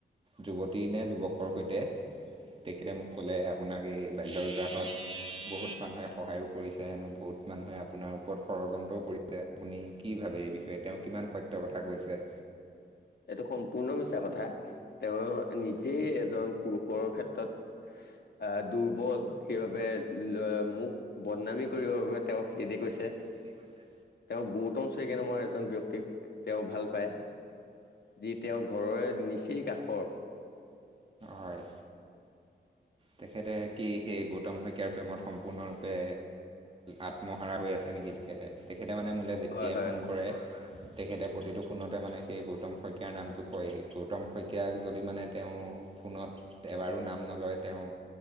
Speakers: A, on the right; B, on the left.
A: যুৱতী নে যুৱকৰ সৈতে তেখেতে মোক ক'লে আপোনাক এই বাল্য বিবাহত বহুত মানুহে সহায়ো কৰিছে হেনো বহুত মানুহে আপোনাৰ ওপৰত ষড়যন্ত্ৰও কৰিছে আপুনি কি ভাবে এই বিষয়ে তেওঁ কি? ইমান সত্য কথা কৈছে।
B: এইটো সম্পূৰ্ণ মিছা কথা, তেওঁ নিজেই এজন পুৰুষৰ ক্ষেত্ৰত আহ দুৰ্বল সেইবাবে মোক বদনামী কৰিবৰ বাবে তেওঁক হেদি কৈছে।
A: কিতি কৈছে।
B: তেওঁ গৌতম চৈকিয়া নামৰ এজন ব্যক্তিক তেওঁ ভাল পায়। যি তেওঁৰ ঘৰৰে নিচেই কাষৰ
A: হয় তেখেতে কি সেই গৌতম শইকীয়াৰ প্ৰেমত সম্পূৰ্ণৰূপে আত্মহাৰা হৈ আছে নেকি? তেখেতে মানে মোলে যেতিয়াই
B: হয় হয়
A: ফোন কৰে তেখেতে মানে প্ৰতিটো। ফোনতে মানে সেই গৌতম শইকীয়াৰ নামটো কয়েই, গৌতম শইকীয়াক যদি মানে তেওঁ ফোনত এবাৰো নাম নলয় তেওঁ।